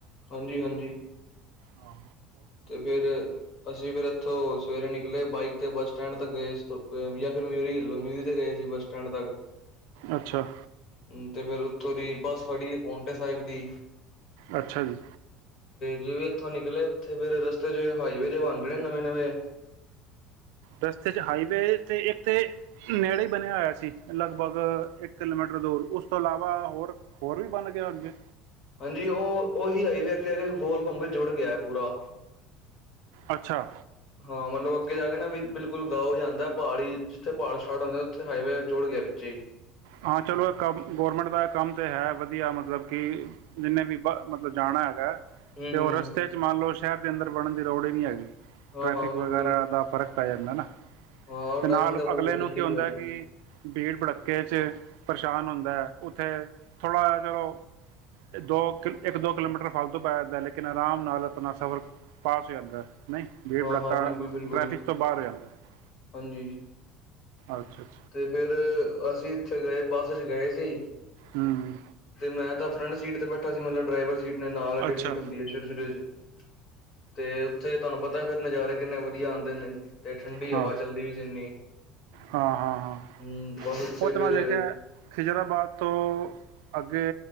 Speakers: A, on the left; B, on the right.
A: ਹਾਂਜੀ ਹਾਂਜੀ
B: ਹਾਂ
A: ਤੇ ਫਿਰ ਅਸੀਂ ਫਿਰ ਇੱਥੋਂ ਸਵੇਰੇ ਨਿਕਲੇ ਬਾਈਕ ਤੇ ਬੱਸ ਸਟੈਂਡ ਤੱਕ ਗਏ ਜਾਂ ਫਿਰ ਮਿਊਰੀ ਖਲੋ ਮਿਊਰੀ ਤੇ ਗਏ ਸੀ ਬੱਸ ਸਟੈਂਡ ਤੱਕ
B: ਅੱਛਾ
A: ਹੂੰ ਤੇ ਫਿਰ ਉੱਥੋ ਦੀ ਬੱਸ ਫੜੀ ਪੋਂਟਾ ਸਾਹਿਬ ਦੀ
B: ਅੱਛਾ ਜੀ
A: ਜਿਵੇਂ ਇੱਥੋਂ ਨਿਕਲੇ ਇੱਥੇ ਫਿਰ ਰਸਤੇ ਚ ਹਾਈਵੇ ਜੇ ਬਣ ਰਹੇ ਨੇ ਨਵੇਂ ਨਵੇਂ
B: ਰਸਤੇ ਚ ਹਾਈਵੇ ਤੇ ਇੱਕ ਤੇ ਨੇੜੇ ਹੀ ਬਣਿਆ ਹੋਇਆ ਸੀ ਲਗਭਗ ਇੱਕ ਕਿਲੋਮੀਟਰ ਦੂਰ ਉਸ ਤੋਂ ਇਲਾਵਾ ਹੋਰ ਹੋਰ ਵੀ ਬਣ ਗਏ ਹੋਣਗੇ
A: ਹਾਂਜੀ ਉਹ ਉਹੀ ਹਾਈਵੇ ਅੱਗੇ ਆ ਕੇ ਗੋਲ ਘੁੰਮ ਕੇ ਜੁੜ ਗਿਆ ਪੂਰਾ
B: ਅੱਛਾ
A: ਹਾਂ ਮਤਲਬ ਅੱਗੇ ਜਾ ਕੇ ਨਾ ਵੀ ਬਿਲਕੁਲ ਗਾ ਹੋ ਜਾਂਦਾ ਪਹਾੜ ਹੀ ਜਿੱਥੇ ਪਹਾੜ ਛੜ ਹੁੰਦੇ ਉੱਥੇ ਹਾਈਵੇ ਜੁੜ ਗਿਆ ਵਿੱਚ ਹੀ
B: ਹਾਂ ਚਲੋ ਇਹ ਕੰਮ ਗੌਰਮੈਂਟ ਦਾ ਕੰਮ ਤੇ ਹੈ ਵਧੀਆ ਮਤਲਬ ਕਿ ਜਿੰਨੇ ਵੀ ਮਤਲਬ ਜਾਣਾ ਹੈਗਾ
A: ਹੂੰ
B: ਤੇ
A: ਹੂੰ
B: ਉਹ ਰਸਤੇ ਚ ਮੰਨ ਲਓ ਸ਼ਹਿਰ ਦੇ ਅੰਦਰ ਬਣਨ ਦੀ ਲੋੜ ਹੀ ਨਹੀਂ ਹੈਗੀ
A: ਹਾਂ
B: ਟ੍ਰੈਫਿਕ
A: ਹਾਂ ਬਿਲਕੁਲ
B: ਵਗੈਰਾ ਦਾ ਫਰਕ ਪੈ ਜਾਂਦਾ ਨਾ
A: ਹਾਂ
B: ਤੇ ਨਾਲ
A: ਟਾਈਮਿੰਗ ਦਾ ਫਰਕ
B: ਅਗਲੇ
A: ਪੈ
B: ਨੂੰ
A: ਜਲਦੀ
B: ਕੀ ਹੁੰਦਾ
A: ਹੋ ਜਾਂਦੀ
B: ਕਿ ਭੀੜ ਭੜੱਕੇ ਪਰੇਸ਼ਾਨ ਹੁੰਦਾ ਹੈ ਉੱਥੇ ਥੋੜ੍ਹਾ ਜਹਾ ਚਲੋ ਦੋ ਕਿ ਇੱਕ ਦੋ ਕਿਲੋਮੀਟਰ ਫਲਤੂ ਪੈ ਜਾਂਦਾ ਲੇਕਿਨ ਆਰਾਮ ਨਾਲ ਆਪਣਾ ਸਫ਼ਰ ਪਾਸ ਹੋ ਜਾਂਦਾ ਨਹੀਂ ਭੀੜ
A: ਹਾਂ
B: ਭੜੱਕਾ
A: ਹਾਂ ਬਿਲਕੁਲ ਬਿਲਕੁਲ
B: ਟ੍ਰੈਫਿਕ ਤੋਂ ਬਾਹਰ ਹੋ ਜਾਂਦਾ
A: ਹਾਂਜੀ
B: ਅੱਛਾ ਅੱਛਾ
A: ਤੇ ਫਿਰ ਅਸੀਂ ਉੱਥੇ ਗਏ ਬੱਸ ਚ ਗਏ ਸੀ
B: ਹੂੰ
A: ਤੇ ਮੈਂ ਤਾਂ ਫਰੰਟ ਸੀਟ ਤੇ ਬੈਠਾ ਸੀ ਮਤਲਬ ਡਰਾਈਵਰ ਸੀਟ ਨੇ ਨਾਲ ਜਿਹੜੀ
B: ਅੱਛਾ
A: ਸੀਟ ਹੁੰਦੀ ਹੈ ਸ਼ੁਰ ਸ਼ੁਰੂ ਚ ਤੇ ਉੱਥੇ ਤੁਹਾਨੂੰ ਪਤਾ ਤਾਂ ਫਿਰ ਨਜ਼ਾਰੇ ਕਿੰਨੇ ਵਧੀਆ ਆਉਂਦੇ ਨੇ ਤੇ ਠੰਡੀ
B: ਹਾਂ
A: ਹਵਾ ਚੱਲਦੀ ਪਈ ਸੀ ਇੰਨੀ
B: ਹਾਂ ਹਾਂ ਹਾਂ
A: ਹੂੰ ਬਸ ਉੱਥੇ
B: ਉਹ ਤੇ
A: ਫਿਰ
B: ਮੈਂ ਦੇਖਿਆ ਖਿਜਰਾਬਾਦ ਤੋਂ ਅੱਗੇ